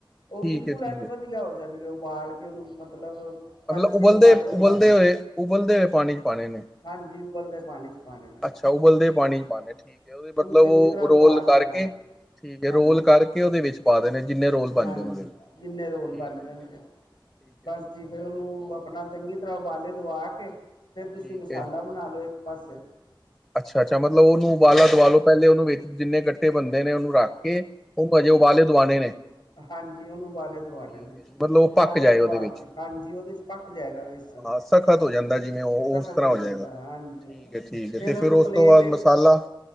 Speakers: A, on the left; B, in the centre.
A: ਉਹ
B: ਠੀਕ
A: ਬਿਲਕੁਲ
B: ਹੈ ਠੀਕ
A: ਇੰਝ
B: ਹੈ।
A: ਵਧੀਆ ਹੋ ਜਾਣਗੇ ਉਹਬਾਲ ਕੇ ਚਲੋ ਮਤਲਬ ਪੰਜ
B: ਮਤਲਬ
A: ਛੇ
B: ਉਬਲਦੇ
A: ਉਬਾਲੇ
B: -
A: ਦਵਾ
B: ਉਬਲਦੇ
A: ਲੋ
B: ਹੋਏ ਉਬਲਦੇ ਹੋਏ ਪਾਣੀ 'ਚ' ਪਾਣੇ ਨੇ
A: ਹਾਂਜੀ ਉਬਲਦੇ ਪਾਣੀ 'ਚ' ਪਾਣਾ।
B: ਅੱਛਾ ਉਬਲਦੇ ਪਾਣੀ ਚ ਪਾਣੇ ਨੇ ਠੀਕ ਆ ਉਹਦੇ ਉਹ
A: ਚੰਗੀ ਤਰ੍ਹਾਂ ਉਬਾਲ
B: ਰੋਲ ਕਰਕੇ
A: ਲੈਣਾ
B: ਠੀਕ
A: ਹਾਂਜੀ
B: ਰੋਲ ਕਰ ਉਹਦੇ ਵਿੱਚ ਪਾਅ ਦੇਣੇ ਆ ਜਿੰਨੇ ਰੋਲ ਬਣ
A: ਹਾਂਜੀ
B: ਜਾਣ ਉਹਦੇ ਵਿੱਚ
A: ਜਿੰਨੇ ਰੋਲ
B: ਠੀਕ
A: ਬਣ
B: ਹੈ
A: ਜਾਣ।
B: ਜੀ ਠੀਕ
A: ਬਸ
B: ਹੈ
A: ਜੀ ਫਿਰ ਉਹਨੂੰ ਆਪਣਾ ਚੰਗੀ ਤਰ੍ਹਾਂ ਉਬਾਲੇ ਦਵਾ ਕੇ ਫੇਰ ਤੁਸੀਂ
B: ਠੀਕ
A: ਮਸਾਲਾ
B: ਹੈ
A: ਬਣਾ ਲਓ ਇੱਕ ਪਾਸੇ
B: ਅੱਛਾ - ਅੱਛਾ ਮਤਲਬ ਉਹਨੂੰ ਉਬਾਲਾ ਦਵਾ ਲਓ ਪਹਿਲੇ ਉਹਨੂੰ ਜਿੰਨੇ ਗੱਟੇ ਬਣਦੇ ਨੇ ਉਹਨੂੰ ਰੱਖ ਕੇ ਉਹ ਹਜੇ ਉਬਾਲੇ ਦਵਾਣੇ ਨੇ।
A: ਹਾਜੀ ਉਹਨੂੰ ਉਬਾਲੇ ਦਵਾਣੇ
B: ਠੀਕ
A: ਨੇ।
B: ਹੈ ਜੀ ਮਤਲਬ ਉਹ
A: ਉਬਾਲੇ
B: ਪੱਕ ਜਾਏ
A: ਦਵਾ
B: ਉਹਦੇ ਵਿੱਚ
A: ਕੇ ਹਾਜੀ ਉਹਦੇ 'ਚ' ਪੱਕ ਜਾਏਗਾ ਵੇਸਣ।
B: ਹਾਂ ਸਖਤ ਹੋ ਜਾਂਦਾ ਜਿਵੇਂ ਉਹ
A: ਸਖ਼ਤ
B: ਉਸ ਤਰ੍ਹਾਂ ਹੋ
A: ਜਾਂਦਾ
B: ਜਾਏਗਾ
A: ਹਾਂਜੀ
B: ਠੀਕ ਆ ਠੀਕ ਆ
A: ਫੇਰ
B: ਤੇ
A: ਉਹਨੂੰ
B: ਫਿਰ ਉਸ
A: ਪਲੇਟ
B: ਤੋਂ ਬਾਅਦ
A: ਵਿੱਚ
B: ਮਸਾਲਾ